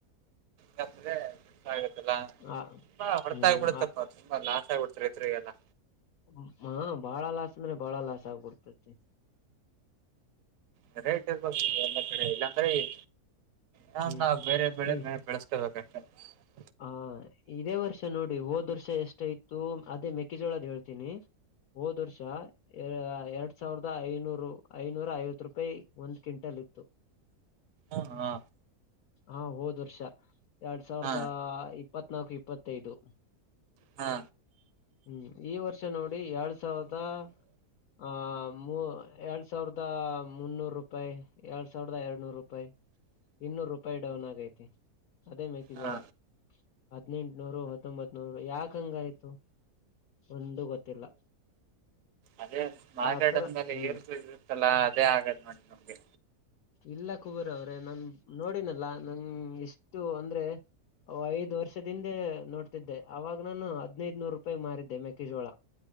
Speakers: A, on the right (about 65°); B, on the left (about 70°).
A: ಕಂದ್ರೆ ಆ
B: ಆ
A: ಹಾ ಹೊರತ
B: ಹ್ಮ್
A: ಆಗ್ಬಿಡುತ್ತಪ್ಪ ತುಂಬಾ ಲಾಸ್ ಆಗ್ಬಿಡ ಚತ್ರಿತ್ರರೆೆಯ ಎಲ್ಲ
B: ಹು ಹೂ ಬಾಳ ಲಾಸ ಆದ್ರಿ. ಬಾಳ ಲಾಸ್ ಆಗ್ಬಿಡ್ತತಿ
A: ಕರೆಕ್ಟ್ ಇರ್ಬೇಕು ಎಲ್ಲಾ ಕಡೆ ಇಲ್ಲ ಅಂದ್ರೆ ಎ ಶಾನಬಾಗ್
B: ಹ್ಮ್
A: ಬೇರೆ ಬೆಳೆ
B: ಈ
A: ಬೆ ಬೆಳೆಸಕಳ್ಬೇಕ್ <unintelligible>
B: ಆ ಇದೆ ವರ್ಷ ನೋಡಿ ಹೋದ ವರ್ಷ ಎಸ್ಟ್ ಇತ್ತ ಅದೇ ಮೇ ಕ್ಕೆ ಜೋಳದ ಹೇಳ್ತೀನಿ. ಹೋದ ವರ್ಷ ಎ ಎರಡು ಸಾವಿರದ ಐದನೂರ ಐನೂರ ಐವತ್ತು ರೂಪೇ ಒಂದ ಕಿವಂಟಲ್ ಇತ್ತು.
A: ಹ ಹಾ
B: ಆ ಹೋದ ವರ್ಷ ಎರಡಸಾ
A: ಹಾ
B: ದ ಇಪತ್ತನಾಲ್ಕು ಇಪತ್ತಐದು
A: ಹಾ
B: ಹು ಇ ವರ್ಷ ಚನೌನ ಮೇ ಎರಡಸಾವಿರದ ಆ ಮು ಎರಡ ಸಾವಿರದ ಮುನೂರ ರೂಪಾಯಿ ಎರಡ ಸಾವಿರದ ಎರಡುನೂರ ರುಪಾಯಿ ಇನ್ನೂರ ರುಪಾಯಿ ಡೌನ ಆಗೈತಿ. ಅದೇ ಮೆಕ್ಕೆಜೋಳ.
A: ಹಾ
B: ಹದಿನೆಂಟುನೂರು ಹತ್ತೊಂಬತ್ತುನೂರು ಯಾಕೆ ಹಂಗಾಯ್ತು. ಒಂದು ಗೊತ್ತಿಲ್ಲಾ
A: ಅದೇ ಮಾರ್ಕೆಟ್
B: ಅತರ
A: ಅಂದ್ಮೇಲೆ
B: ಹು
A: ಏರ್ಸ ಇರುತ್ತಲ್ಲ ಅದೇ ಆಗದ್ ನೋಡಿ ನಮ್ಗೆ
B: ಇಲ್ಲ ಕುಬೇರ ಅವರೇ ನನ್ ನೋಡಿನಿ ಅಲ್ಲ ನನ್ ಎಷ್ಟು ಅಂದ್ರೆ ಅವ ಐದು ವರ್ಷದ ಹಿಂದೆ ನೋಡ್ತ ಇದ್ದೆ ಅವಾಗ ನಾನು ಹದಿನ್ಯದು ರೂಪಾಯಿಗೆ ಮಾರಿದೆ ಮೆಕ್ಕೆಜೋಳ